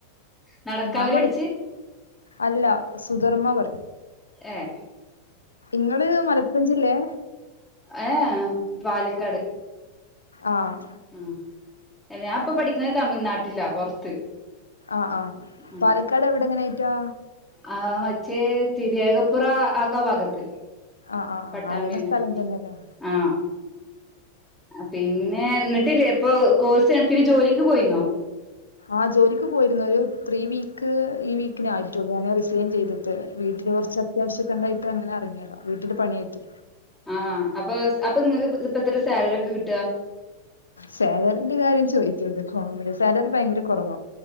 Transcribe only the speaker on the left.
ഞാൻ മല അല്ല സുധർമ്മ പറ
ഇങ്ങള് മലപ്പുറം ജില്ലേ?
ആഹ്
ആഹ് ആഹ്
പാലക്കാട് എവിടെങ്ങനായിറ്റാ
ആ ആ
ആ അറിയണ സ്ഥലം തന്നെയല്ലേ
ആഹ് ജോലിക്ക് പോയിരുന്നു ഒരു ത്രീ വീക്ക് ഈ വീക്കിനായിട്ടോള്ളൂ ഞാനത് റിസൈൻ ചെയ്ത് ട്ട് വീട്ടില് കൊറച്ച് അത്യാവശ്യോക്കെ ഇണ്ടായിട്ട് അങ്ങനെ എറങ്ങിയത വീട്ടില് പണ്യായിറ്റെ
സേലറിന്റെ കാര്യം ചോയിക്കര്ത് കോമഡി സാലറി ഭയങ്കര കൊറവാ